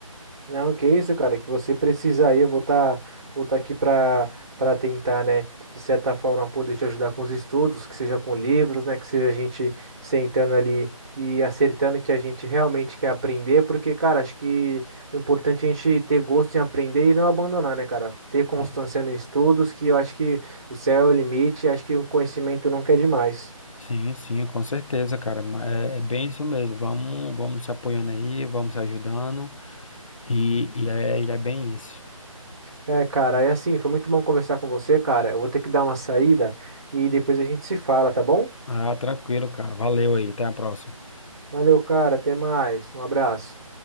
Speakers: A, on the right; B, on the left.
A: Não, que isso, cara, que você precisa aí, eu vou estar vou tá aqui para para tentar, né, de certa forma poder te ajudar com os estudos, que seja com livros, né, que seja a gente sentando ali e acertando o que a gente realmente quer aprender, porque, cara, acho que o importante é a gente ter gosto em aprender e não abandonar, né, cara? Ter constância
B: Ah,
A: nos estudos, que eu acho que o céu é o limite, acho que o conhecimento nunca é demais.
B: Sim, sim, com certeza, cara. Ma- É, é bem isso mesmo. Vamos, vamos se apoiando aí, vamos se ajudando, e, e é, e é bem isso.
A: É, cara, é assim, foi muito bom conversar com você, cara. Eu vou ter que dar uma saída e depois a gente se fala, tá bom?
B: Ah, tranquilo, cara. Valeu aí, até a próxima.
A: Valeu, cara. Até mais. Um abraço.